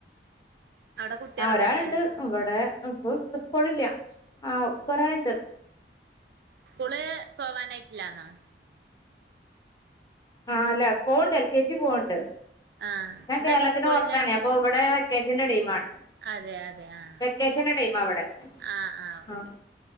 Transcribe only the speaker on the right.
അവിടെ കുട്ടികളൊക്കെല്ലേ
സ്കൂള് പോവാനായിട്ടില്ലാന്നോ?
ആഹ്
ഇന്നെന്ത്
സ്കൂളില്ല
അതെ അതെ ആഹ്
ആഹ് ഓക്കെ